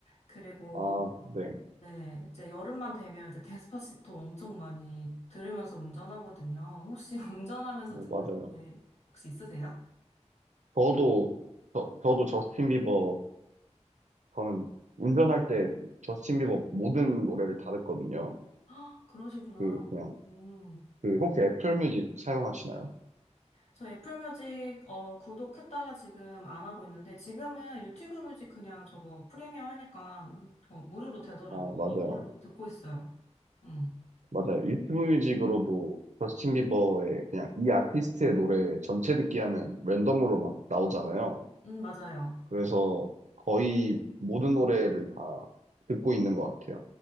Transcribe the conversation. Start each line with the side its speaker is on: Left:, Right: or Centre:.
Left: 그리고
Right: 아, 네.
Left: 네, 이제 여름만 되면 이제 데스파시토 엄청 많이 들으면서 운전하거든요. 혹시 <laughs> 운전하면서
Right: 어,
Left: 듣는
Right: 맞아요.
Left: 노래 혹시 있으세요?
Right: 저도, 저, 저도 저스틴 비버, 저는 운전할 때 저스틴 비버 모든 노래를 다 듣거든요.
Left: <gasps> 아, 그러시구나.
Right: 그, 그냥,
Left: 음.
Right: 그, 혹시 애플 뮤직 사용하시나요?
Left: 저 애플 뮤직, 어, 구독했다가 지금 안 하고 있는데, 지금은 유튜브 뮤직 그냥 저거 프리미어 하니까, 어, 무료로 되더라고요.
Right: 아, 맞아요.
Left: 이걸로 듣고 있어요. 음,
Right: 맞아요. 유튜브 뮤직으로도 저스틴 비버의 그냥 이 아티스트의 노래 전체 듣기 하면 랜덤으로 막 나오잖아요.
Left: 음, 맞아요.
Right: 그래서 거의 모든 노래를 다 듣고 있는 것 같아요.